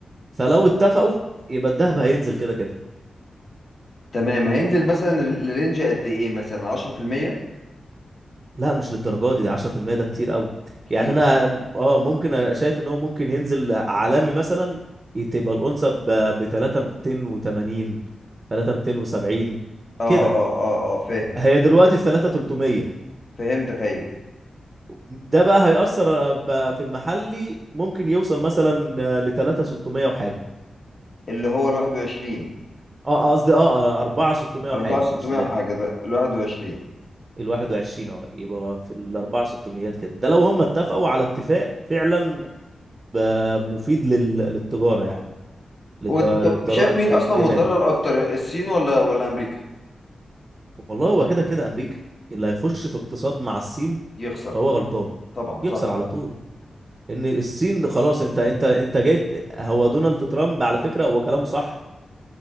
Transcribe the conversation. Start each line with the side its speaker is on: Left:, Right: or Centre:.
Right: فلو اتفقوا يبقى الذهب هينزل كده كده
Left: تمام هينزل مثلا ال- الرينج قد ايه مثلا 10%
Right: لا مش للدرجه دي ده 10% ده كتير قوي
Left: كتير
Right: يعني انا اه ممكن أ- شايف ان هو ممكن ينزل عالمي مثلا تبقى الأونصة ب 3280 3270
Left: اه
Right: كده
Left: اه اه اه فاهم
Right: هي دلوقتي في 3300
Left: فهمتك ايوه
Right: ده بقى هيأثر بقى في المحلي ممكن يوصل مثلا ل 3600 وحاجه
Left: اللي هو ال 21
Right: اه قصدي اه 4600 وحاجه
Left: 4600
Right: مش 3
Left: حاجه ده ال 21
Right: ال 21 اه يبقى في ال 4600 كده ده لو هم اتفقوا على اتفاق فعلا آه، مفيد لل... للتجاره يعني للد...
Left: وانت
Right: للدرا...
Left: شايف مين
Right: للجمارك
Left: اصلا متضرر اكتر الصين ولا ولا امريكا
Right: والله هو كده كده امريكا اللي هيخش في اقتصاد مع الصين
Left: يخسر
Right: فهو غلطان
Left: طبعا
Right: يخسر
Left: صح
Right: على طول ان الصين خلاص انت انت انت جيت هو دونالد ترامب على فكره هو كلامه صح